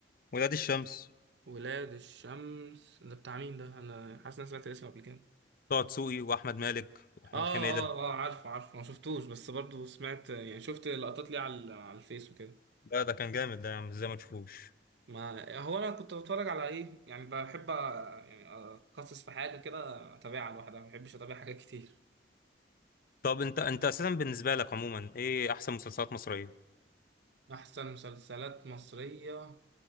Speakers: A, on the left (about 50°); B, on the right (about 70°).
A: ولاد الشمس
B: ولاد الشمس ده بتاع مين ده؟ انا حاسس إن أنا سمعت الاسم قبل كده
A: طه دسوقي واحمد مالك ومحمود
B: اه
A: حميده
B: اه اه عارفه عارفه ما شفتوش بس برضو سمعت يعني شفت لقطات ليه على على الفيس وكده
A: لا ده كان جامد ده يا عم ازاي ما تشوفوش
B: ما هو انا كنت بتفرج على ايه يعني بحب أ- يعني اتخصص في حاجه كده اتابعها لوحدها ما بحبش اتابع حاجات كتير
A: طب انت انت اساسا بالنسبه لك عموما ايه احسن مسلسلات مصريه
B: أحسن مسلسلات مصرية